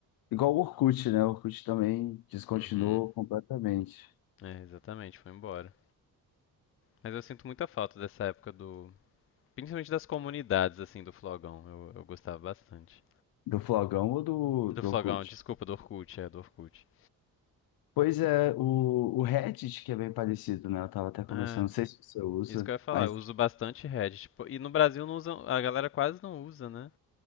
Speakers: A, on the left; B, on the left.
A: Igual o Orkut, né? O Orkut também descontinuou
B: Uhum.
A: completamente.
B: É, exatamente, foi embora. Mas eu sinto muita falta dessa época do. Principalmente das comunidades, assim, do Flogão. Eu, eu gostava bastante.
A: Do Flogão ou do,
B: Do
A: do
B: Flogão,
A: Orkut?
B: desculpa, do Orkut, é, do Orkut.
A: Pois é, o, o Reddit, que é bem parecido, né? Eu tava até começando,
B: É,
A: não sei se você usa,
B: isso que eu ia falar,
A: mas.
B: eu uso bastante Reddit. Pô, E no Brasil não usa, a galera quase não usa, né?